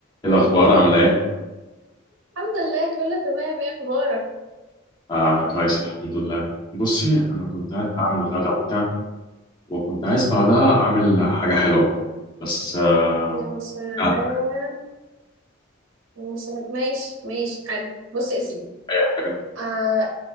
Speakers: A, on the left (about 20°); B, on the right (about 80°).
A: الأخبار عاملة إيه؟
B: الحمد لله كله تمام ايه اخبارك
A: آه أنا كويس الحمد لله. بصي أنا كنت قاعد بعمل غدا وبتاع وكنت عايز بعدها أعمل حاجة حلوة بس آه
B: يا سلام
A: قاعد
B: يا سلام ماشي ماشي حلو بص يا سيدي
A: أي حاجة
B: آه،